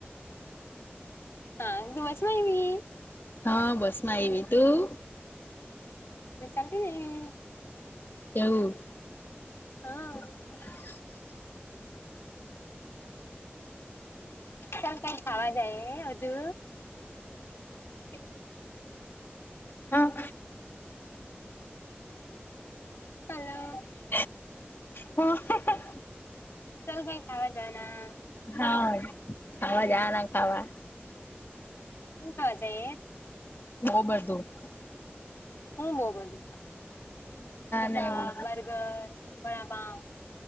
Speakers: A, on the left (about 75°); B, on the left (about 60°).
A: હા દિવસમઈની
B: હા બસ માં આયવી તું.
A: તો ચાતી એવી
B: કેવું
A: હા
B: <unintelligible>
A: કમ કઈ ખાવા જાય હજુ તે કેને
B: હા.
A: હેલો.
B: હ હક.
A: ચાલ કઈ ખાવા જના.
B: હા ખાવા જા ના ખાવા.
A: હું ખાવા સ એ.
B: બઉ બધું.
A: હું બહ બધું પીઝા
B: ને એવું
A: બર્ગર વડાપાવ.